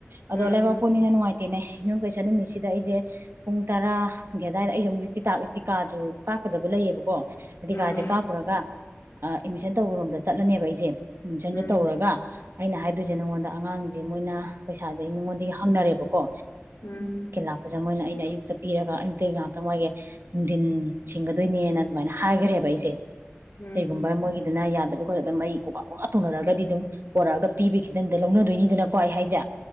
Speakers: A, on the right (about 65°); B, on the left (about 65°).
A: ꯑꯗꯣ
B: ꯎꯝ
A: ꯂꯩꯕꯥꯛꯄꯣꯛꯄꯅꯤꯅ ꯅꯨꯡ ꯇꯦꯅꯦ ꯅꯪ ꯀꯩꯁꯨ ꯁ ꯅꯨꯃꯤꯠꯁꯤꯗ ꯑꯩꯁꯦ ꯄꯨꯡ ꯇꯔꯥꯒꯤ ꯑꯗꯨꯋꯥꯏꯗ ꯑꯩꯁꯦ ꯑꯃꯨꯛ ꯇꯤꯇꯥ ꯇꯤꯀꯥꯗꯣ ꯀꯥꯞꯀꯗꯕ ꯂꯩꯌꯦꯕꯀꯣ ꯇꯤ
B: ꯎꯝ
A: ꯀꯥꯖꯦ ꯀꯥ ꯄꯨꯔꯒ ꯑ ꯑꯦꯠꯃꯤꯁꯟ ꯇꯧꯕꯔꯣꯝꯗ ꯆꯠꯂꯅꯦꯕ ꯑꯩꯁꯦ ꯑꯦꯠꯃꯤꯁꯟꯁꯦ
B: ꯎꯝ
A: ꯇꯧꯔꯒ ꯑꯩꯅ ꯍꯥꯏꯗꯣꯏꯁꯦ ꯅꯉꯣꯟꯗ ꯑꯉꯥꯡꯁꯦ ꯃꯣꯏꯅ ꯄꯩꯁꯥꯁꯦ ꯑꯩ ꯃꯤꯉꯣꯟꯗꯒꯤ ꯍꯪꯅꯔꯦꯕꯀꯣ
B: ꯎꯝ
A: ꯂꯥꯛꯄꯁꯤꯗ ꯃꯣꯏꯅ ꯑꯩꯅ ꯑꯌꯨꯛꯇ ꯄꯤꯔꯒ ꯑꯌꯨꯛꯇꯒꯤ ꯉꯥꯛꯇꯪ ꯋꯥꯏꯒꯦ ꯅꯨꯡꯗꯤꯟ ꯁꯤꯡꯒꯗꯣꯏꯅꯦꯅ ꯑꯗꯨꯃꯥꯏꯅ ꯍꯥꯏꯒꯔꯦꯕ ꯑꯩꯁꯦ
B: ꯎꯝ
A: ꯀꯩꯒꯨꯝꯕ ꯃꯣꯏꯒꯤ ꯑꯗꯨꯅ ꯌꯥꯗꯕ ꯑꯣꯔꯔꯒ ꯃꯩ ꯀꯣꯛꯀꯥ ꯀꯣꯛꯀꯥ ꯊꯧꯅꯔꯒꯗꯤ ꯑꯗꯨꯝ ꯄꯣꯔꯛꯑꯒ ꯄꯤꯕ ꯈꯤꯇꯟꯗ ꯂꯧꯅꯗꯣꯏꯅꯤꯗꯅꯀꯣ ꯑꯩ ꯍꯥꯏꯁꯦ